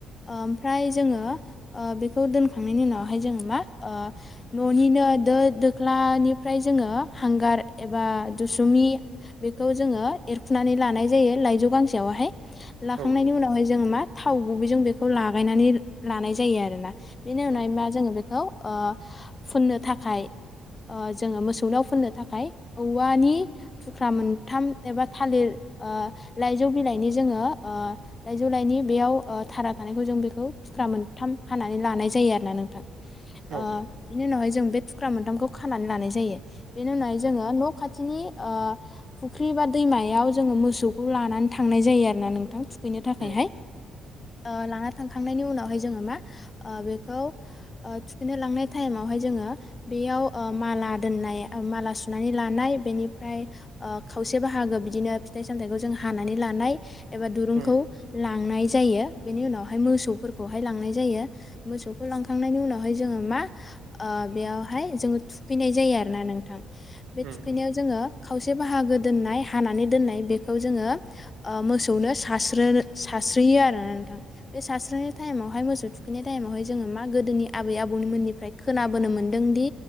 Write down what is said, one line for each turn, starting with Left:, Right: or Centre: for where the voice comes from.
Left: ओमफ्राय ओ जोङो बेखौ दोनखांनायनि उनावहाय जोङो मा ओ न'निनो दो दोख्लानिफ्राय जोङो हांगार एबा दुसुमि बेखौ जोङो एरखुनानै लानाय जायो लाइजौ गांसेयावहाय लाखांनायनि
Right: औ
Left: उनावहाय जोङो मा थाव गुबैजों बेखौ लागायनानै लानाय जायो आरोना बेनि
Right: उम
Left: उनावाय मा जोङो बे औ ओ फुननो थाखाय ओ जोङो मोसौनियाव फुननो थाखाय औवानि थुख्रा मोनथाम एबा थालिर ओ लाइजौ बिलाइनि जोङो ओ लाइजौ लाइनि बेयाव ओ थारा थानायखौ जों बेखौ थुख्रा मोनथाम हानानै लानाय जायो आरोना नोंथां ओ
Right: औ
Left: बेनि उनावहाय जों बे थुख्रा मोनथामखौ खानानै लानाय जायो बेनि उनावहाय जोङो न खाथिनि ओ फुख्रि एबा दैमायाव जोङो मोसौखौ लानानै थांनाय जायो आरोना नोंथां थुखैनो थाखायहाय
Right: उम
Left: ओ लाना थांखांनायनि उनावहाय जोङो मा ओ बेखौ ओ थुखैनो लांनाय टाइमावहाय जोङो बेयाव ओ माला दोननाय ओ माला सुनानै लानाय बेनिफ्राय ओ खावसे बाहागो बिदिनो फिथाइ सामथायाइखौ जों हानानै लानाय एबा दुरुं
Right: उम
Left: खौ लांनाय जायो बेनि उनावहाय मोसौफोरखौहाय लांनाय जायो मोसौखौ लांखांनायनि उनावहाय जोङो मा ओ बेयावहाय जोङो थुखैनाय जायो आरोना नोंथां बे
Right: उम
Left: थुखैनायाव जोङो खावसे बाहागो दोननाय हानानै दोननाय बेखौ जोङो ओ मोसौनो सारस्रोनो सारस्रोयो आरोना नोंथां बे सारस्रोनाय टायेमावहाय मोसौ थुखैनाय टायेमावहाय मा गोदोनि आबै आबौनि मोनि फ्राय खोनाबोनो मोन्दोंदि